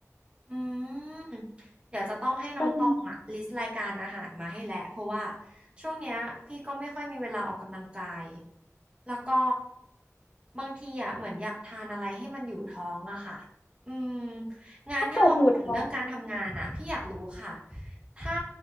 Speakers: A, on the right (about 20°); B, on the left (about 35°).
A: อืมเดี๋ยวจะต้องให้น้องตองอะลิสต์รายการอาหารมาให้แหละเพราะว่า
B: มัน
A: ช่วงเนี้ยพี่ก็ไม่ค่อยมีเวลาออกกำลังกายแล้วก็บางทีอะเหมือนอยากทานอะไรให้มันอยู่ท้องอะค่ะอืมงานถ้าเราพูดถึงเรื่องการทำงานอะพี่อยากรู้ค่ะ
B: ถ้าเกิดอยู่ท้อง
A: ถ้า